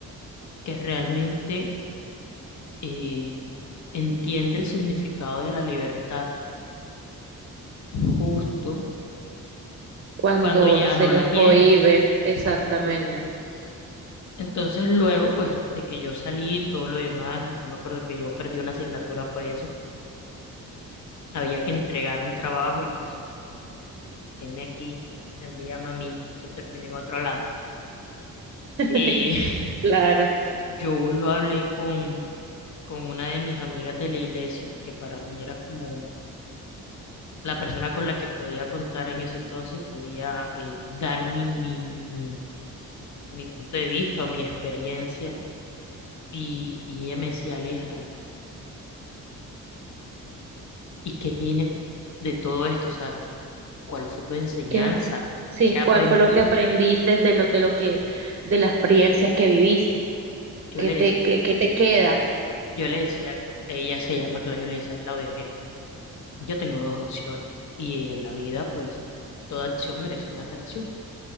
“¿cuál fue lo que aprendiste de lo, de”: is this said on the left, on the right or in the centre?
Right